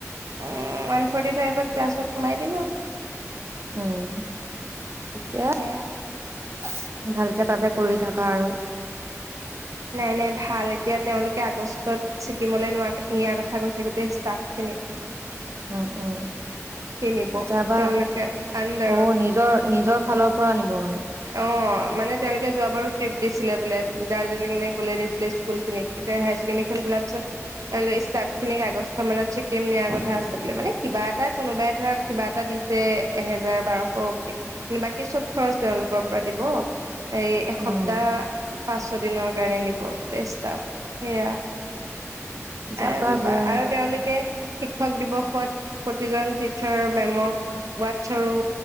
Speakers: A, on the right (about 85°); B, on the right (about 55°).
A: ওৱান ফৰ্টি ফাইভত ক্লাছত সোমাই দিম আৰু।
B: উম! কিয়?
A: সেয়া।
B: <unintelligible> ভালকে তাতে কৰি থাকা আৰু।
A: নাই নাই ভাল, এতিয়া তেওঁলোকে আগষ্টত ছিকিমলৈ নিয়াৰ কথা কৈছে গোটেই ষ্টাফ খিনিক।
B: উম, উম,
A: নিব
B: যাবা
A: তেওঁলোকে আণ্ডাৰত।
B: অ' নিজৰ নিজৰ, ফালৰ পৰা আনিব মানে।
A: অ' মানে, তেওঁলোকে যোৱবাৰো ট্ৰিপ দিছিলে বোলে, দাৰ্জিলিঙ নে ক'লে নিছিলে স্কুল খিনিক। এতিয়া, হাইয়াৰ ছেকেণ্ডৰীখন খোলাৰ পিছত ষ্টাফ খিনিক আগষ্ট মানত ছিকিম নিয়াৰ কথা আছে বোলে। মানে, কিবা এটা কোনোবাই ধৰক কিবা এটা দিছে, এহেজাৰ বাৰশকে কিন্তু, বাকী চব খৰচ তেওঁলোকৰ পৰা দিব। এই এসপ্তাহ
B: উম
A: পাঁচ ছ দিনৰ কাৰণে নিব <unintelligible> সেয়া। এ
B: যাবা গৈ আহিবা
A: আৰু তেওঁলোকে শিক্ষক দিৱসত প্ৰতিজন টিচাৰ মেমক ৱাটছ আৰু